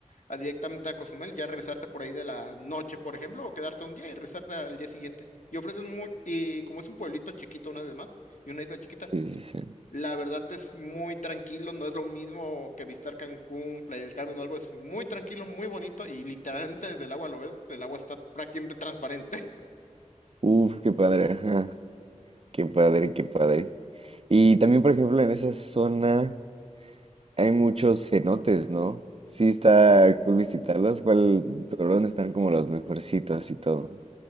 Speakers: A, on the left; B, on the right.
A: a directamente a Cozumel, ya regresarte por ahí de la noche, por ejemplo, o quedarte un día y regresarte al día siguiente. Y ofrecen muy, y como es un pueblito chiquito, una vez más, y una isla chiquita,
B: Sí, sí, sí.
A: la verdad es muy tranquilo, no es lo mismo que visitar Cancún, Playa del Carmen o algo, es muy tranquilo, muy bonito y literalmente desde el agua lo ves, el agua está prácticamente transparente.
B: Uf, qué padre, ajá. Qué padre, qué padre. Y también, por ejemplo, en esa zona hay muchos cenotes, ¿no? Sí, está cool visitarlos. ¿Cuál, por dónde están como los mejorcitos y todo?